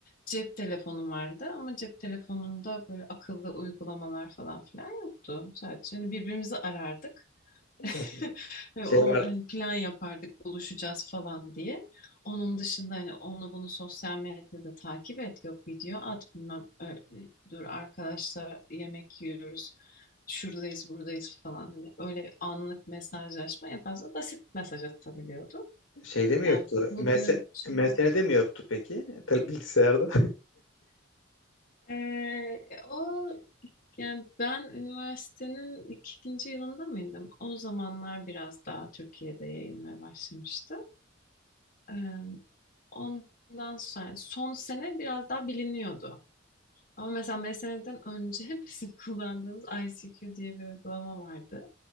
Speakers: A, on the left (about 40°); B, on the left (about 70°).
A: cep telefonum vardı ama cep telefonunda böyle akıllı uygulamalar falan filan yoktu. Sadece hani birbirimizi arardık.
B: Ee,
A: <laughs> o,
B: Şey var,
A: hani plan yapardık buluşacağız falan diye. Onun dışında hani onu bunu sosyal medyada takip et yok video at bilmem öyle, dur arkadaşlar yemek yiyoruz şuradayız buradayız falan hani öyle anlık mesajlaşma en fazla basit mesaj atabiliyordu.
B: şeyde mi
A: Yani
B: yoktu?
A: bugünün
B: MS,
A: şeyi
B: MSN'de mi yoktu peki? Tele- Bilgisayarda.
A: Ee, o yani ben üniversitenin ikinci yılında mıydım? O zamanlar biraz daha Türkiye'de yayılmaya başlamıştı. Eee, Ondan sonra yani son sene biraz daha biliniyordu. Ama mesela 5 seneden önce <laughs> bizim kullandığımız ICQ diye bir uygulama vardı.